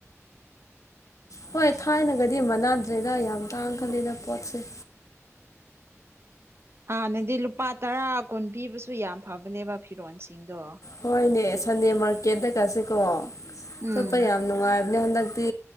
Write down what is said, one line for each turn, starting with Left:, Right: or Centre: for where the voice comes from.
Left: ꯍꯣꯏ ꯊꯥꯏꯅꯒꯗꯤ ꯃꯥꯟꯅꯗ꯭ꯔꯦꯗ ꯌꯥꯝ ꯇꯥꯡ ꯈꯜꯂꯤꯗ ꯄꯣꯠꯁꯦ꯫
Right: ꯍꯥꯟꯅꯗꯤ ꯂꯨꯄꯥ ꯇꯔꯥ ꯀꯨꯟ ꯄꯤꯕꯁꯨ ꯌꯥꯝ ꯐꯕꯅꯦꯕ ꯐꯤꯔꯣꯟꯜꯁꯤꯡꯗꯣ
Left: ꯍꯣꯏꯅꯦ ꯁꯟꯗꯦ ꯃꯥꯔꯀꯦꯠꯇ ꯀꯥꯁ‌ꯦꯀꯣ
Right: ꯎꯝ
Left: ꯆꯠꯄ ꯌꯥꯝ ꯅꯨꯡꯉꯥꯏꯕꯅꯦ ꯍꯟꯗꯛꯇꯤ꯫